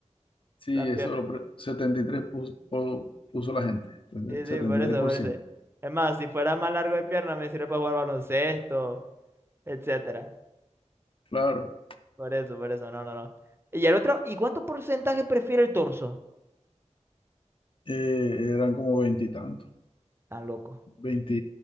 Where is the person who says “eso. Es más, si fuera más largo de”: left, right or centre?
Right